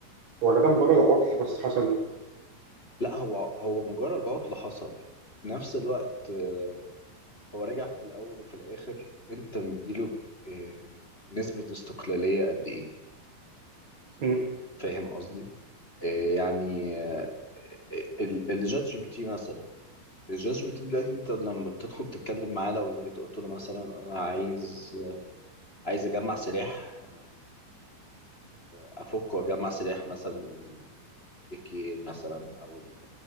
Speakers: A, on the right (about 40°); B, on the left (about 30°).
A: ولا ده مجرد عطل بس حصل؟
B: لا هو هو مجرد عطل حصل في نفس الوقت آه، هو راجع في الأول وفي الآخر أنت مديله آه، نسبة استقلالية قد إيه
A: مم.
B: فاهم قصدي؟ آه، يعني آه، ال- الجات جي بي تي مثلا الجات جي بي تي دلوقتي أنت لما بتدخل تتكلم معاه لو جيت قلت له مثلا أنا عايز عايز أجمع سلاح آه، أفك وأجمع سلاح مثلا اي كي مثلا أو ال...